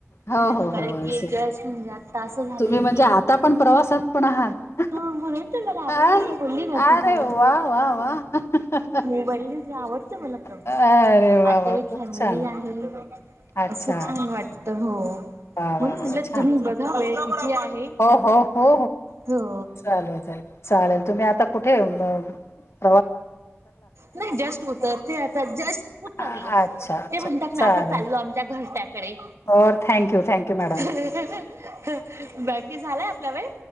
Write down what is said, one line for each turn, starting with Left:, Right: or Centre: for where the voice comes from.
Left: हो
Right: नाही
Left: हो
Right: कारण
Left: हो
Right: की
Left: अस,
Right: जस्ट म्हणजे आता असं झालंय
Left: तुम्ही म्हणजे
Right: की
Left: आता पण प्रवासात पण आहात.
Right: हा म्हणून तर मला आवडते
Left: अरे,
Right: मी बोलली ना
Left: अरे
Right: तुम्हाला
Left: वा वा वा!
Right: मोबाईल पेक्षा आवडते मला प्रवास
Left: अरे वा
Right: आता
Left: वा
Right: विथ
Left: खूप
Right: फॅमिली
Left: छान
Right: आहे
Left: अच्छा
Right: असं छान वाटत हो.
Left: वा
Right: म्हणून
Left: वा
Right: म्हणलं
Left: वा छान
Right: तुम्ही
Left: छान
Right: बघा वेळ किती आहे?,
Left: हो हो हो
Right: हो.
Left: चालेल चालेल चालेल तुम्ही आता कुठे येऊन अ
Right: नाही जस्ट उतरते आता, जस्ट उतरलो.
Left: अच्छा अच्छा
Right: ते म्हणतात
Left: चालेल
Right: ना आता चाललो आमच्या घरट्याकडे.
Left: और थँक्यू थँक्यू मॅडम
Right: ह बाकी झालाय आपला वेळ